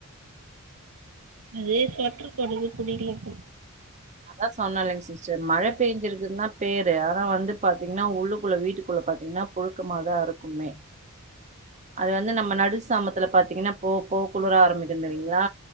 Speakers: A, on the right; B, on the right.
A: அது ஸ்வெட்டர் போட்றது புடிக்கல போல
B: அதா சொன்ன இல்லைங்க சிஸ்டர் மழ பெயஞ்சிருக்குன்தா பேரு ஆனா வந்து பாத்தீங்கன்னா உள்ளுக்குள்ள வீட்டுக்குள்ள பாத்தீங்கன்னா குளுக்கமா தா இருக்குமே அது வந்து நம்ம நடுசாமத்துல பாத்தீங்கன்னா போ போ குளிர ஆரம்மிக்கு தெரியுங்களா